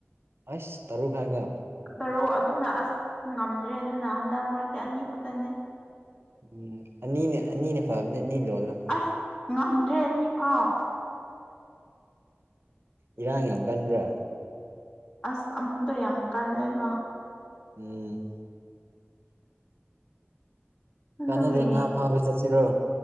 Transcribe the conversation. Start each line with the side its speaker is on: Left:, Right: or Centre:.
Right: ꯑꯁ ꯇꯔꯨꯛ ꯍꯥꯏꯕ
Left: ꯇꯔꯨꯛ ꯑꯗꯨꯅ ꯑꯁ ꯉꯝꯗ꯭ꯔꯦ ꯑꯗꯨꯅ ꯍꯟꯗꯛ ꯃꯔꯛꯇꯤ ꯑꯅꯤ ꯈꯛꯇꯅꯦ
Right: ꯎꯝ ꯑꯅꯤꯅ ꯑꯅꯤꯅ ꯐꯕꯅꯦ ꯑꯅꯤ ꯂꯣꯜꯂ‌ꯣ
Left: ꯑꯁ ꯉꯝꯗ꯭ꯔꯦ ꯑꯅꯤ ꯐꯥꯎ
Right: ꯏꯔꯥꯡ ꯌꯥꯝ ꯀꯟꯕ꯭ꯔ
Left: ꯑꯁ ꯑꯃꯗꯣ ꯌꯥꯝ ꯀꯜꯂꯦꯕꯣ
Right: ꯎꯝ
Left: ꯑꯗꯨꯒꯤ
Right: ꯀꯥꯟꯅꯗꯦ ꯉꯥ ꯐꯥꯕ ꯆꯠꯁꯤꯔꯣ